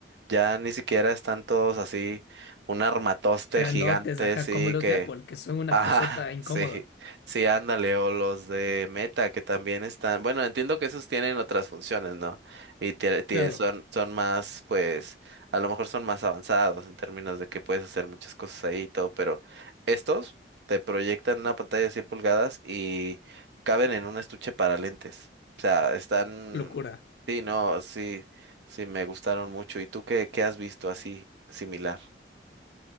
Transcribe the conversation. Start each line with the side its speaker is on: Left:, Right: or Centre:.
Right: Ya ni siquiera están todos así, un armatoste
Left: Grandotes,
Right: gigante,
Left: ajá,
Right: sí,
Left: como los
Right: que
Left: de Apple, que son una
Right: Ajá,
Left: cosota incómoda.
Right: <laughs> sí, sí, ándale, o los de Meta que también están, bueno, entiendo que esos tienen otras funciones, ¿no? Y tie- tie-
Left: Claro,
Right: son, son más, pues, a lo mejor son más avanzados en términos de que puedes hacer muchas cosas ahí y todo, pero estos te proyectan una pantalla de 100 pulgadas y caben en un estuche para lentes. O sea, están,
Left: locura.
Right: sí, no, sí, sí, me gustaron mucho. ¿Y tú qué, qué has visto así, similar?